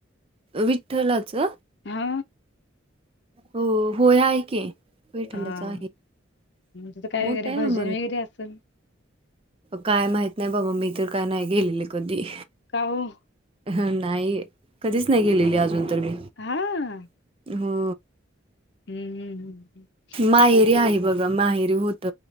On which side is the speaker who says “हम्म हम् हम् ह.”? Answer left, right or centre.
Left